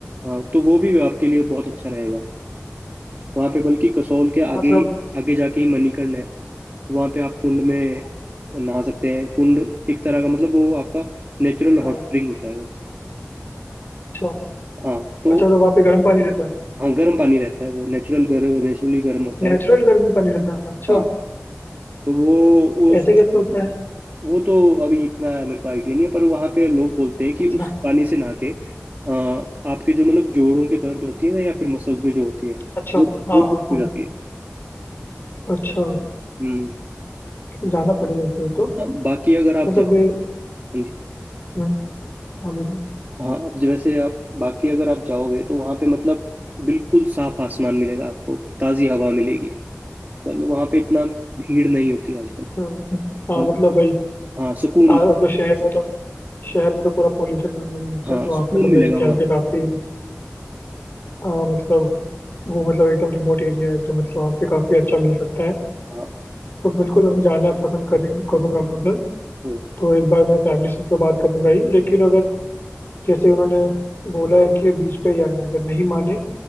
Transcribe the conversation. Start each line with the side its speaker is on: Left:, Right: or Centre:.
Right: हाँ तो वो भी आपके लिए बहुत अच्छा रहेगा वहाँ पे बल्कि कसौल के
Left: हाँ,
Right: आगे
Left: मतलब
Right: ही आगे जाके ही मणिकर्ण है तो वहाँ पे आप कुंड में
Left: हाँ,
Right: नहा सकते हैं कुंड एक तरह का मतलब वो आपका नेचुरल
Left: हाँ,
Right: हॉट स्प्रिंग होता है वो
Left: अच्छा
Right: हाँ तो
Left: अच्छा तो वहाँ पे गर्म पानी रहता है
Right: हाँ गर्म पानी रहता है वो नेचुरल गर नेचुरली गर्म होता है
Left: नेचुरल
Right: वो
Left: गर्म पानी रहता है अच्छा
Right: हाँ तो वो उस
Left: ऐसे कैसे होता है
Right: वो तो अभी इतना मेरे को आइडिया नहीं है पर वहाँ पे लोग बोलते हैं कि
Left: अच्छा
Right: उस पानी से नहा के अ, आपके जो मतलब जोड़ों के दर्द होती है ना या फिर मसल्स में जो होती है
Left: अच्छा
Right: वो
Left: हाँ
Right: वो ठीक
Left: हाँ हाँ
Right: हो जाती है
Left: अच्छा
Right: हम्म
Left: जाना पड़ेगा इसलिए तो
Right: हाँ, बाकी अगर आप
Left: मतलब
Right: जाओ
Left: वे
Right: हाँ जी
Left: हम्म, हाँ बोलिए
Right: हाँ अब जैसे आप बाकी अगर आप जाओगे तो वहाँ पे मतलब बिल्कुल साफ आसमान मिलेगा आपको ताज़ी हवा मिलेगी मतलब वहाँ पे इतना भीड़ नहीं होती आजकल
Left: हम्म, हम्म, हाँ
Right: और
Left: मतलब वही
Right: हाँ सुकून
Left: हाँ मतलब शहर में तो शहर में तो पूरा पोल्यूशन वगैरह होता
Right: हाँ
Left: है तो वहाँ
Right: सुकून
Left: पे तो
Right: मिलेगा
Left: मेरे ख्याल
Right: वहाँ
Left: से
Right: पे
Left: काफी हाँ, मतलब वो मतलब एकदम रिमोट एरिया है तो मतलब वहाँ पे काफी अच्छा मिल सकता है
Right: हाँ
Left: तो बिल्कुल हमें जाना पसंद करें करूंगा मैं उधर
Right: हम्म,
Left: तो एक बार मैं फैमिली से तो बात करूंगा ही लेकिन अगर जैसे उन्होंने बोला है कि बीच पे ही जाना है अगर नहीं माने